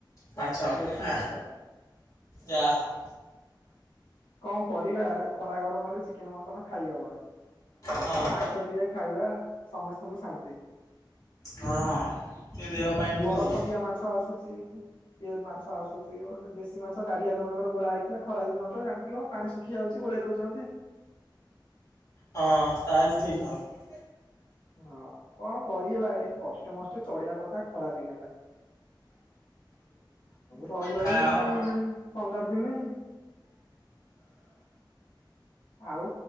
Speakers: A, on the left; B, on the left.
A: ମାଛ,
B: ଦେଶୀ ମାଛ
A: ଆହା ଯା ହଉ।
B: କଁ କରିବା ଖରା ଗରମରେ ଚିକେନ୍ ମଟନ୍ ଖାଇ ହବନି।
A: ହଁ
B: ମାଛ ଟିକେ ଖାଇବା ସମସ୍ତଙ୍କୁ ଶାନ୍ତି।
A: ହଁ ସେ ଦେହ ପାଇଁ ବି
B: ବରଫ
A: ଭଲ।
B: ଦିଆ ମାଛ ଆସୁ ଇଏ ମାଛ ଆସୁଛି ଗୋଟେ ଦେଶୀ ମାଛ ଗାଡିଆ ଜଣଙ୍କର ଗୋଳା ହେଇଥିଲା, ଖରା ଦିନ ତ ଜାଣ ଥିବ ପାଣି ଶୁଖି ଯାଉଚି ଗୋଳେଇ ଦଉଚନ୍ତି।
A: ହଁ ତାହେଲେ ଠିକ୍ ହବ।
B: ହଁ କଁ କରିବା ଏଇ କଷ୍ଟେ ମଷ୍ଟେ ଚଢିଆ କଥା ଖରା ଦିନ ଟା। ସବୁ ରହି ରହି
A: ଖାଅ ହଁ
B: ପନ୍ଦର ଦିନି। ଆଉ